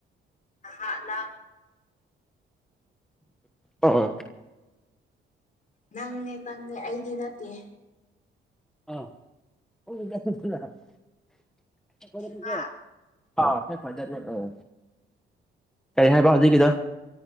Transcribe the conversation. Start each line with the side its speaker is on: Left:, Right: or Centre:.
Left: ꯑꯍꯥ ꯂꯥ
Centre: ꯑꯣ
Left: ꯅꯪꯅꯦ ꯅꯪꯅꯦ ꯑꯩꯗꯤ ꯅꯠꯇꯦ
Centre: ꯑ <unintelligible> <unintelligible>
Left: ꯍꯥ
Centre: ꯑꯥ ꯐꯦꯛ ꯐꯥꯏꯗꯅꯦ ꯑꯝ, ꯀꯩ ꯍꯥꯏꯕ ꯍꯧꯖꯤꯛꯀꯤꯗꯨ